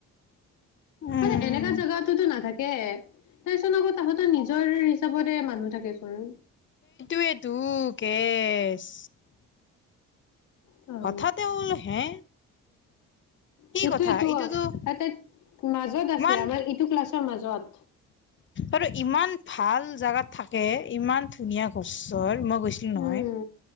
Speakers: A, on the left; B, on the left.
A: উম
B: মানে এনেকা জাগাতোতো নাথাকে। তাৰচোন আকৌ তহঁতৰ নিজৰ হিচাপতে মানুহ থাকেচোন।
A: সেইটোৱেটো কেচ।
B: কাম
A: কথাতে ওল হে কি
B: সেইটো
A: কথা
B: এটো
A: এইটোতো
B: অ, আটাইত মাজত আছে
A: ইমান
B: আমাৰ ইটো ক্লাছৰ মাজত।
A: আৰু ইমান ভাল জাগাত থাকে, ইমান ধুনীয়া গছৰ মই গৈছ তি নহয়,
B: উম